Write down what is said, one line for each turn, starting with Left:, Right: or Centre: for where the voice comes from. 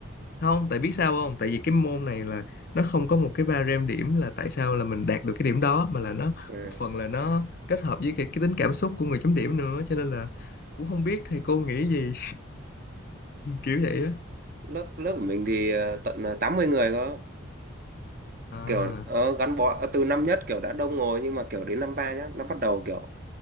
Left: không tại biết sao không tại vì cái môn này là nó không có một cái ba rem điểm là tại sao là mình đạt được cái điểm đó mà là nó
Right: ừ.
Left: một phần là nó kết hợp với cái, cái tính cảm xúc của người chấm điểm nữa cho nên là cũng không biết thầy cô nghĩ gì kiểu vậy á
Right: lớp lớp của mình thì ờ, tận ờ, 80 người cơ
Left: à
Right: kiểu ờ, gắn bó ờ, từ năm nhất kiểu đã đông rồi nhưng mà kiểu đến năm ba nhá nó bắt đầu kiểu